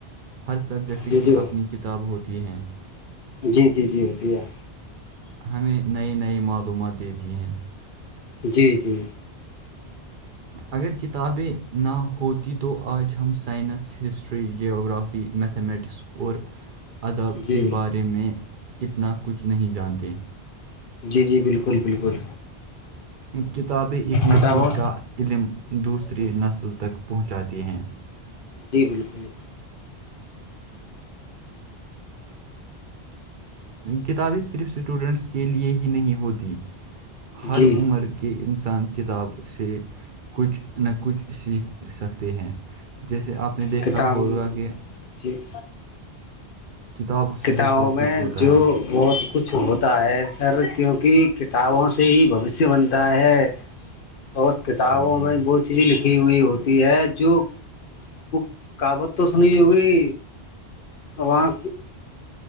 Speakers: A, on the right; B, on the left.
A: ہر سبجیکٹ
B: جی
A: کی
B: جی
A: اپنی کتاب ہوتی ہیں
B: جی جی جی ہوتی ہے
A: ہمیں نئے نئی معلومات دیتی ہیں
B: جی جی
A: اگر کتابیں نہ ہوتی تو آج ہم science history geography mathematics اور ادب
B: جی
A: کے بارے میں اتنا کچھ نہیں جانتے
B: جی جی بالکل بالکل
A: کتابیں ایک نسل
B: کتابوں
A: کا علم دوسری
B: جی
A: نسل تک پہنچاتی ہیں
B: جی بالکل
A: کتابیں صرف اسٹوڈنٹس کے لئے ہی نہیں ہوتیں ہر
B: جی
A: عمر کے انسان کتاب سے کچھ نہ کچھ سیکھ سکتے ہیں جیسے آپ نے دیکھا
B: کتاب
A: ہوگا کہ
B: جی
A: کتابوں سے
B: کتابوں
A: ہی سب کچھ
B: میں
A: ہوتا
B: جو
A: ہے
B: بہت کچھ ہوتا ہے سر کیونکہ کتابوں سے ہی بھوشیہ بنتا ہے
A: <unintelligible>
B: اور کتابوں
A: ہاں
B: میں
A: بر
B: وہ چیزیں لکھی ہوئی ہوتی ہے جو وہ کہعوت تو سنی ہوگی وہاں